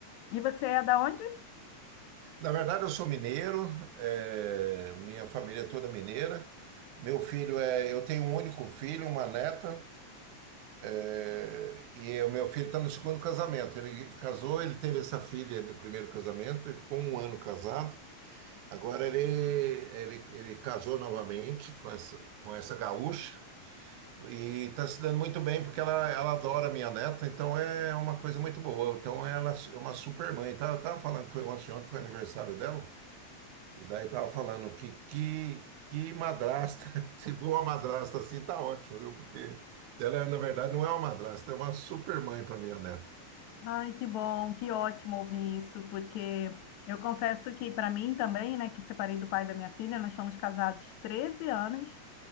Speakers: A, on the left (about 80°); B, on the right (about 85°).
A: E você é da onde?
B: Na verdade, eu sou mineiro, é, minha família é toda é mineira. Meu filho é, eu tenho um único filho, uma neta, é, e o meu filho está no segundo casamento. Ele casou, ele teve essa filha do primeiro casamento e ficou um ano casado. Agora ele, ele, ele casou novamente com essa, com essa gaúcha e está se dando muito bem porque ela, ela adora minha neta, então é uma coisa muito boa. Então ela é uma super mãe. Tava, tava falando, foi ontem, ontem foi aniversário dela, e daí tava falando que, que, que madrasta, <laughs> se for uma madrasta assim, tá ótimo, viu? Porque ela, na verdade, não é uma madrasta, é uma super mãe para minha neta.
A: Ai, que bom, que ótimo ouvir isso, porque eu confesso que para mim também, né, que separei do pai da minha filha, nós fomos casados 13 anos